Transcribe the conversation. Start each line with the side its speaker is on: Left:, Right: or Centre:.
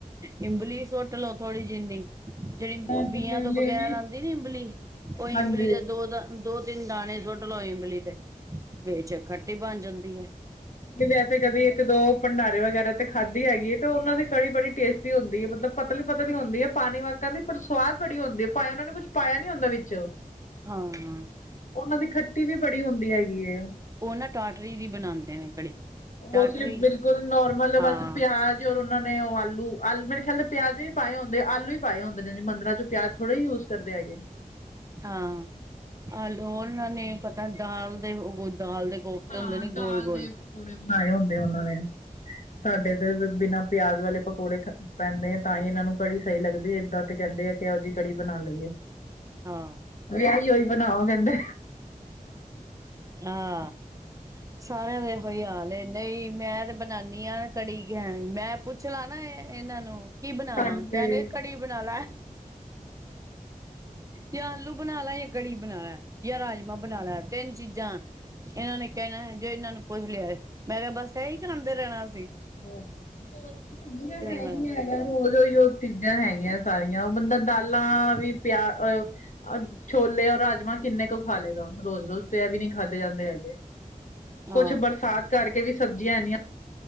Right: ਇੰਬਲੀ ਸੁੱਟ ਲਓ ਥੋੜੀ ਜਿੰਨੀ, ਜੇਹੜੀ
Left: ਮੈਂ
Right: ਬੀਆਂ
Left: ਤੇ ਲੈ
Right: ਤੋਂ
Left: ਲਏ
Right: ਬਗੈਰ
Left: ਵੀ
Right: ਆਂਦੀ ਨੀ ਇੰਬਲੀ ਓ ਇਮਬਲੀ
Left: ਹਾਂਜੀ
Right: ਜੇ ਦੋ ਦਾ ਦੋ, ਤਿੰਨ ਦਾਨੇ ਸੁੱਟ ਲਓ ਇੰਬਲੀ ਦੇ, ਵਿੱਚ ਖੱਟੀ ਬਨ ਜਾਂਦੀ ਐ।
Left: ਨੀਂ ਵੈਸੇ ਕਦੀ ਇੱਕ, ਦੋ ਭੰਡਾਰੇ ਵਗੈਰਾ ਤੇ ਖਾਦੀ ਹੈਗੀ ਐ ਤੇ ਓਨਾਂ ਦੇ ਦੀ ਕੜੀ ਬੜੀ ਟੇਸਟੀ ਹੁੰਦੀ ਏ ਮਤਲਬ ਪਤਲੀ-ਪਤਲੀ ਹੁੰਦੀ ਏ ਪਾਨੀ ਵਾਕਨ ਦੀ ਪਰ ਸਵਾਦ ਬੜੀ ਹੁੰਦੀ ਏ ਭਾਏਂ ਓਨਾਂ ਨੂੰ ਕੁਛ ਪਾਇਆ ਨੀ ਹੁੰਦਾ ਵਿੱਚ।
Right: ਹਾਂ
Left: ਓਨਾਂ ਦੀ ਖੱਟੀ ਵੀ ਬੜੀ ਹੁੰਦੀ ਹੈਗੀ ਐ।
Right: ਓ ਨਾ ਟਾਟਰੀ ਦੀ ਬਨਾਂਦੇ ਨੇ ਕੜੀ।
Left: <unintelligible>
Right: ਟਾਟਰੀ
Left: ਬਿਲਕੁਲ ਨੋਰਮਲ
Right: ਹਾਂ
Left: ਬਸ ਪਿਆ ਜ ਔਰ ਓਨਾਂ ਨੇ ਓ ਆਲੂ, ਆਲੂ ਮੇਰੇ ਖਿਆਲ ਤੇ ਪਿਆਜ਼ ਵੀ ਨੀ ਪਾਏ ਹੁੰਦੇ, ਆਲੂ ਹੀ ਪਾਏ ਹੁੰਦੇ ਨੇ ਜੀ। ਮੰਦਰਾਂ 'ਚ ਪਿਆਜ ਥੋੜੇ ਈ ਯੂਜ਼ ਕਰਦੇ ਹੈਗੇ ਨ।
Right: ਹਾਂ। ਆਲੂ ਓਨਾਂ ਨੇ ਪਤਾ ਨ ਦਾਲ ਦੇ ਓਹੋ ਦਾਲ ਦੇ ਕੋਫਤੇ
Left: ਹਾਂ
Right: ਹੁੰਦੇ ਨੇ
Left: ਦਾਲ
Right: ਗੋਲ-ਗੋਲ
Left: ਦੇ ਪਕੌੜੇ ਬਨਾਏ ਹੁੰਦੇ ਓਨਾਂ ਨੇ। ਸਾਡੇ ਏੱਧਰ ਤੇ ਬਿਨਾ ਪਿਆਜ ਵਾਲੇ ਪਕੌੜੇ ਪੈਂਦੇ ਆ ਤਾਂ ਈ ਏਨਾਂ ਨੂੰ ਕੜੀ ਸਈ ਲੱਗਦੀ ਏ। ਏਦਾਂ ਤੇ ਕੈਂਦੇ ਆ ਕਿ ਕੈਹੋ ਜਈ ਕੜੀ ਬਨਾ ਲਈ ਏ।
Right: ਹਾਂ।
Left: ਵਿਆਈ ਹੋਈ ਬਨਾਓ ਕੇਂਦੇ
Right: ਹਾਂ, ਸਾਰਿਆਂ ਦੇ ਐਹੋ ਈ ਹਾਲ ਏ। ਨਈ, ਮੈਂ ਤੇ ਬਨਾਨੀਂ ਆਂ। ਕੜੀ ਖੈਨ, ਮੈਂ ਪੁੱਛ ਲਾਂ ਨਾ ਏ ਏਨਾਂ ਨੂੰ ਕੀ ਬਨਾਵਾਂ।
Left: ਹਾਂਜੀ
Right: ਕੈਨਗੇ
Left: ਹੋਰ
Right: ਕੜੀ ਬਨਾ ਲੈ। ਯਾਂ ਆਲੂ ਬਨਾ ਲੈ ਯਾਂ ਕੜੀ ਬਨਾ ਲੈ ਯਾਂ ਰਾਜਮਾ ਬਨਾ ਲੈ ਤਿੰਨ ਚੀ ਜਾਂ ਏਨਾਂ ਨੇ ਕੈਨੈ ਜੇ ਏਨਾਂ ਨੂੰ ਪੁੱਛ ਲਿਆ ਏ। ਮੈਂ ਕਿਆ ਬਸ ਐਈ ਖਾਂਦੇ ਰੈਨੈ ਅਸੀ।
Left: ਹੋਰ ਕੀ ਸਬਜੀਆਂ ਵੀ ਐਹੀ
Right: ਵਾਰ
Left: ਹੈਗੈ। ਹੋਰ ਓਈਯੋ ਚੀਜਾਂ ਹੈਗੀਐਂ ਸਾਰੀਆਂ। ਓ ਬੰਦਾ ਦਾਲਾਂ ਵੀ ਪਿਆ ਅ ਆ ਛੋਲੇ ਔਰ ਰਾਜਮਾਂ ਕਿੰਨੇ ਕੁ ਖਾ ਲੇ ਗਾ ਰੋਜ-ਰੋਜ ਤੇ ਐ ਵੀ ਨੀ ਖਾਧੇ ਜਾਂਦੇ ਹੈਗੇ।
Right: ਹਾਂ
Left: ਕੁਛ ਬਰਸਾਤ ਕਰਕੇ ਵੀ ਸਬਜੀਆਂ ਐਨੀਆਂ